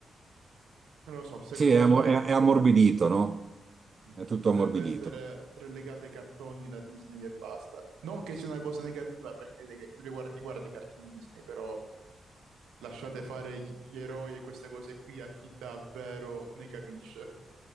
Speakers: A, on the right (about 80°); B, on the right (about 50°).
A: Non lo so, secondo
B: Sì, è, ammo-
A: me
B: è- è ammorbidito, no?
A: mm,
B: È tutto
A: dovrebbe
B: ammorbidito.
A: essere relegata ai cartoni la Disney e basta. Non che sia una cosa negativa perché de- che più li guardi, li guardi i cartoni Disney, però lasciate fare gli, gli eroi e queste cose qui a chi davvero ne capisce.